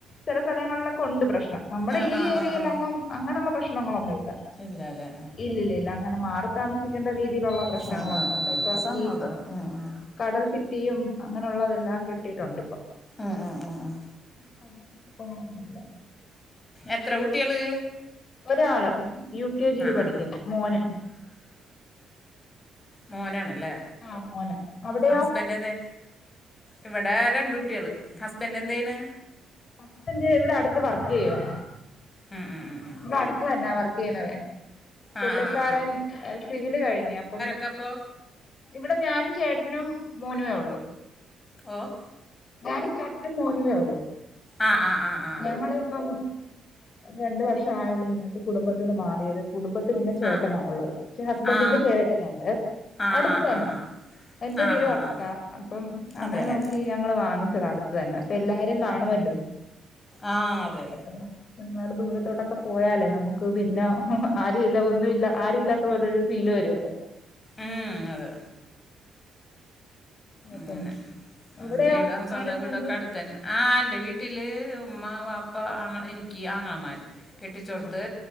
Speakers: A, on the left (about 50°); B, on the left (about 30°).
A: ചില സ്ഥലങ്ങളിലൊക്കെ ഉണ്ട് പ്രശ്നം നമ്മുടെ
B: ആ
A: ഈ
B: ആ
A: ഏരിയൽ
B: ആ ആ
A: അങ്ങങും അങ്ങനെയുള്ള പ്രശ്നങ്ങളൊന്നുംല്ല,
B: ഇല്ല അല്ലേ
A: ഇല്ലില്ലല്ല അങ്ങനെ മാറി താമസിക്കേണ്ട രീതിയിലുള്ള പ്രശ്നങ്ങളൊന്നും
B: ആഹ് ആഹ്
A: ഇല്ല
B: ആഹ്,
A: ഇപ്പൊ
B: സമാധാനം
A: ഈ
B: ഉം ഉം
A: കടൽ ഭിത്തിയും അങ്ങനെയുള്ളതെല്ലാം കിട്ടിയിട്ടുണ്ട്
B: ഉം ഉം ഉം ഉം ഉം
A: <unintelligible>
B: എത്ര കുട്ടികള്?
A: ഒരാള് യു കെ ജിയില് പഠിക്ക്ണ്,
B: ആ
A: മോന്
B: മോനണല്ലേ
A: ആ മോന് അവിടെയോ
B: ഹസ്ബൻഡന്തേ? ഇവിടെ രണ്ട കുട്ടികള് ഹസ്ബന്ഡ് എന്ത് ചെയ്യണ്?
A: ഹസ്ബൻഡ് ഇവിടെ അടുത്ത് വർക്ക് ചെയ്യുവാ,
B: ഉം ഉം ഉം ഉം.
A: ഇവിടെ അടുത്ത് തന്നെ വർക്ക് ചെയണതേ പുള്ളിക്കാരൻ
B: ആ ആ ആ
A: സിവില് കഴിഞ്ഞി അപ്പം
B: ന്താപ്പോ
A: ഇവിടെ ഞാനും ചേട്ടനും മോനുവേ ഉള്ളൂ
B: ഓഹ്
A: ഞാനും ചേട്ടനും മോനുവേ ഉള്ളൂ
B: ആഹ് ആഹ് ആഹ് ആഹ്
A: ഞങ്ങളിപ്പം രണ്ട് വർഷം ആയുള്ളൂ, ഇങ്ങട്ട് കുടുംബത്തിന്ന് മാറിയത് കുടുംബത്തി പിന്നെ ചേട്ടനാ
B: ആ
A: ഉള്ളത്, പക്ഷെ ഹസ്ബൻഡിന്റെ
B: ആ ആ
A: ചേട്ടന ഉണ്ട്
B: ആ ആ
A: അടുത്ത തന്നെ
B: ആ
A: എന്റെ
B: ആ
A: വീടു
B: ആ
A: അ ടുത്താ
B: ആ
A: അപ്പം അങ്ങനെ
B: അതെല്ലേ
A: നോക്കിഞങ്ങള് വാങ്ങിച്ചത അടുത്ത് തന്നെ അപ്പൊ എല്ലാരും കാണുമല്ലോ?
B: ആഹ് അതെ
A: അ <inaudible> ഒരുപാട് ദൂരത്തോട്ടൊക്കെ പോയാലേ നമുക്ക് പിന്നെ ആരു ഇല്ല ഒന്നുമില്ല ആരു ഇല്ലാത്ത പോലരു ഫീല് വരുല്ലോ
B: ഉം അതെ
A: ഴപ്പ
B: അങ്ങനെ
A: അവിടെയോ
B: ഉം, വീടും സ്വന്തം
A: ആരൊക്കെ
B: വീടൊക്കെ
A: ഉണ്ട്.
B: അടുത്ത് തന്നെ ആ എന്റെ വീട്ടില് ഉമ്മ വാപ്പ ആ എനിക്ക് ആങ്ങളമാര് കെട്ടിച്ചൊടുത്ത്
A: ആ